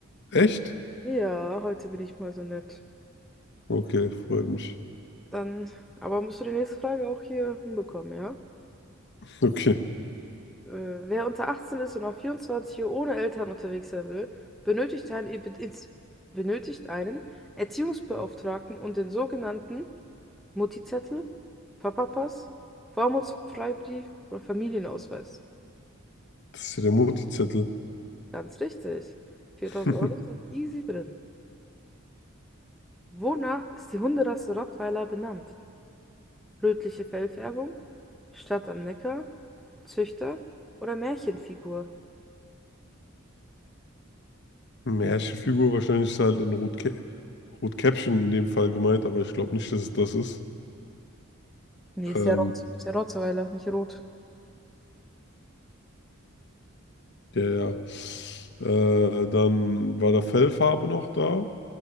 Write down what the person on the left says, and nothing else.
Echt?
Okay, freut mich.
Okay,
das ist ja der Mutti-Zettel.
<laughs>
Märchenfigur, wahrscheinlich ist halt ein Rotkä Rotkäppchen in dem Fall gemeint, aber ich glaube nicht, dass es das ist.
Ähm,
ja, ja. Äh, dann war da Fellfarbe noch da.